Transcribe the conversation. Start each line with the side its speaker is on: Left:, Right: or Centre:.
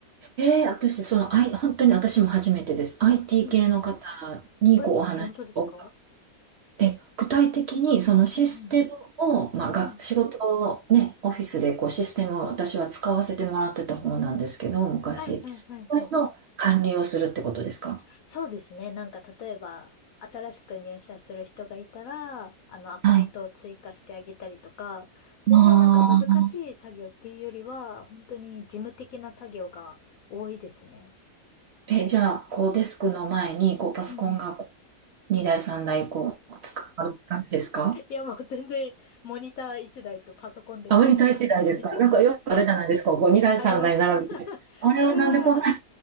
Right: えー、私、その、I、本当に私も初めてです。IT
Left: うん。
Right: 系の方にこうお話をお
Left: え、本当ですか
Right: え、具体的にそのシステムを、
Left: うんうん。
Right: まあ、が、
Left: うん。
Right: 仕事をね、オフィスでこうシステムを私は使わせてもらってた方なんですけど、昔。
Left: はいはいはいはい。
Right: それの管理をするってことですか
Left: そうですね。なんか、例えば、新しく入社する人がいたら、あの、アカウントを追加してあげたりとか、
Right: はい。
Left: 全然なんか難しい作業っていうよりは、
Right: まあ、
Left: 本当に事務的な作業が多いですね。
Right: え、じゃあ、こうデスクの前にこうパソコンがこ
Left: うんうん
Right: う2台3台こう使われる感じですか
Left: いや、もう全然、モニター一台とパソコンでやってます。
Right: アメリカ1台ですかなんかよくあるじゃないですか、
Left: <laughs>
Right: こう2台3台並べて。
Left: あります。<laughs>
Right: あれはなんでこんな。
Left: それは、